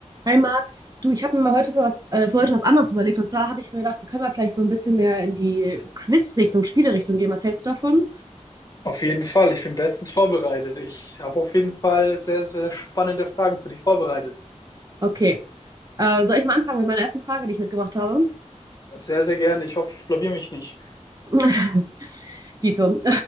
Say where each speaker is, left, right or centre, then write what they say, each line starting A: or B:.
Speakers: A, on the right (about 30°); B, on the left (about 30°).
A: Hi Max, du, ich habe mir mal heute für was, äh, für heute was anderes überlegt. Und zwar habe ich mir gedacht, wir können mal vielleicht so ein bisschen mehr in die Quiz-Richtung, Spiele-Richtung gehen. Was hältst du davon?
B: Auf jeden Fall, ich bin bestens vorbereitet. Ich habe auf jeden Fall sehr, sehr spannende Fragen für dich vorbereitet.
A: Okay. Äh, soll ich mal anfangen mit meiner ersten Frage, die ich mitgebracht habe?
B: Sehr, sehr gerne. Ich hoffe, ich blamier mich nicht.
A: <laughs> Dito.